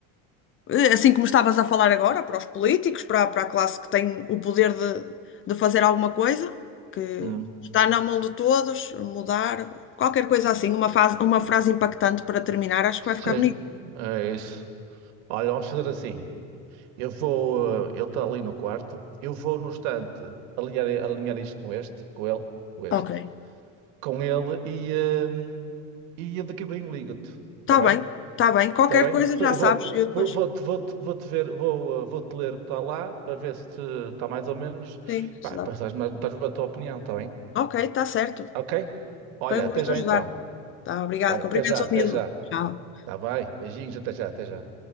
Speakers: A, on the left; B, on the right.
A: eh, assim como estavas a falar agora, para os políticos, para, para a classe que tem o poder de, de fazer alguma coisa, que
B: Hum,
A: está na mão de todos, mudar, qualquer coisa assim, uma fase, uma frase impactante para terminar, acho que vai ficar
B: sim,
A: bonito.
B: é isso. Olha, vamos fazer assim. Eu vou, eh, ele está ali no quarto. Eu vou no estante alinhar, alinhar isto com este, com ele, com este,
A: Ok.
B: com ele e, hum, e daqui a bem ligo-te. Está
A: Está
B: bem?
A: bem, está bem. Qualquer
B: Está bem?
A: coisa já
B: Pa- Eu
A: sabes,
B: vou,
A: eu depois.
B: vou, vou, vou-te vou-te ver, vou, uh, vou-te ler o que está lá para ver se está mais ou menos.
A: Sim, se
B: Pá,
A: dá.
B: depois estás-me a dás-me a tua opinião, está bem?
A: Ok, está certo.
B: Ok? Olha,
A: Foi um
B: até
A: gosto
B: já
A: ajudar.
B: então.
A: Tá, obrigado.
B: Tá bem?
A: Cumprimentos
B: Até já,
A: ao
B: até
A: Nilo.
B: já.
A: Tchau.
B: Está bem? Beijinhos, até já, até já.